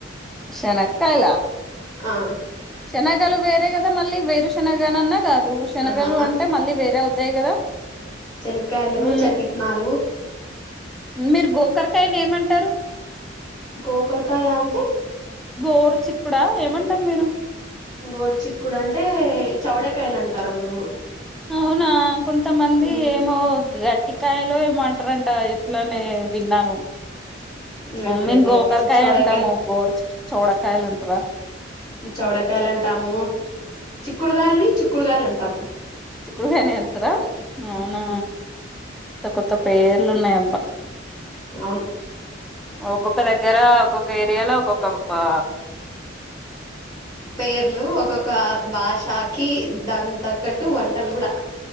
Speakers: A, in the centre; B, on the left.
A: శనక్కయలా
B: ఆ
A: శనగలు బేర కదమ్ మళ్ీ బేరు శనగనన్న కాదు శనగలు
B: ఆహా
A: అంటే మళ్ళీ వేరే అవుతాయి కదా
B: శనకాయలు
A: ఉమ్
B: శనగిత్తనాలు
A: మీరు గోకర్కాయని ఏమంటారు
B: గోకర్కాయా అంటే
A: గోరు చిక్కుడా ఏమంటారు మీరు
B: గోరు చిక్కుడు అంటే చౌడకాయలు అంటారు మేము
A: అవునా కొంతమంది
B: ఉమ్,
A: ఏమో ఇటికాయలో ఏమంటారంట ఇట్లానే విన్నాను
B: లేదు లేదు
A: మేము
B: లేదు
A: గోకరకాయ
B: చౌడకాయలు
A: అంటాము గోరు చోడకాయలు అంటార
B: చౌడేకాయలు అంటాము చిక్కుడుకాయలని చిక్కుడుగాయలు అంటామ్
A: చిక్కుడుగాయనే అంటారా అవునా
B: ఉమ్,
A: కొ కొత్త పేర్లు ఉన్నయ్
B: అవును
A: ఒక్కొక్క దగ్గర ఒక్కొక్క ఏరియాలో ఒక్కొక్క ఆ
B: పేర్లు ఒక్కకొక భాషాకి దాన్ త కట్టు వంటలు కూడా